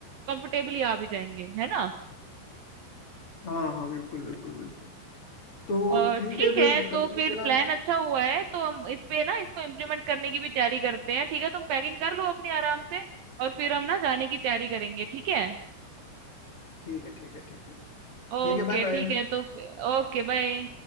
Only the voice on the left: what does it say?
हाँ हाँ बिल्कुल बिल्कुल बिल्कुल तो
ठीक
है फिर
करते
हैं प्लान
ठीक है ठीक है ठीक है ठीक
है बाय बाय